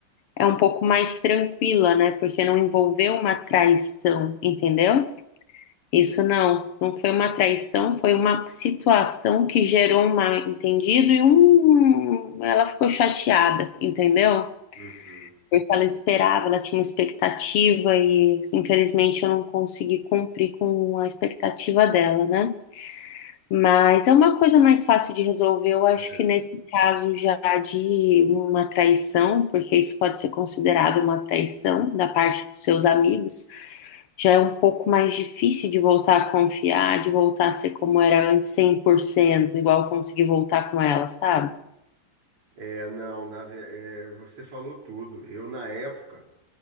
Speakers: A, on the left (about 85°); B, on the right (about 85°).
A: é um pouco mais tranquila, né? Porque não envolveu uma traição, entendeu? Isso não, não foi uma traição, foi uma situação que gerou um mal-entendido e um, ela ficou chateada, entendeu?
B: uhum.
A: porque ela esperava, ela tinha uma expectativa e infelizmente eu não consegui cumprir com a expectativa dela, né? Mas é uma coisa mais fácil de resolver, eu acho
B: É,
A: que nesse caso já de uma traição, porque isso pode ser considerado uma traição da parte dos seus amigos, já é um pouco mais difícil de voltar a confiar, de voltar a ser como era antes 100%, igual eu consegui voltar com ela, sabe?
B: É, não, na, ve- é, você falou tudo. Eu, na época,